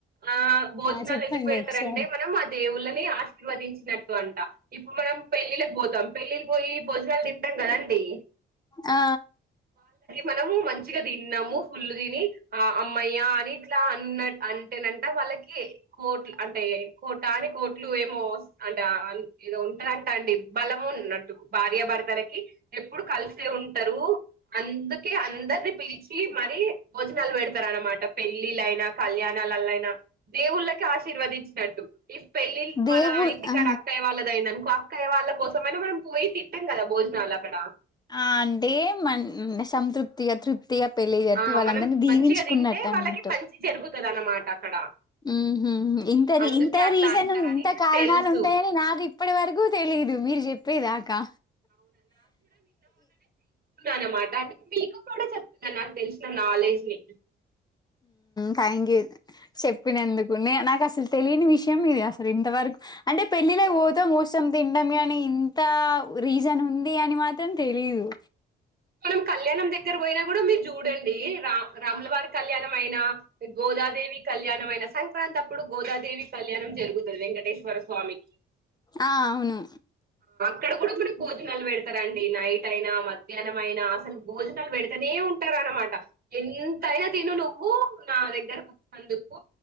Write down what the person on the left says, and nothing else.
చెప్పండి
ఒకసారి
ఆ
దేవు
ఆ
ఆ అంటే మ సంతృప్తిగా తృప్తిగా పెళ్లి జరిపి
వాళ్ళందరినీ
దీవించుకున్నట్టు
అన్నట్టు
ఉహు ఇంత
ఇంత
రీజన్
ఇంత
కారణాలు
ఉంటాయని నాకు ఇప్పటి వరకు తెలిదు మీరు చెప్పేదాకా
థ్యాంక్ యూ చెప్పినందుకు నే నాకు అసలు తెలియని విషయం ఇది అసలు ఇంతవరకు అంటే పెళ్లిళ్లకు పోతాం కూసోని తింటా అని ఇంత రీజన్ ఉంది అని మాత్రం తెలియదు
ఆ అవును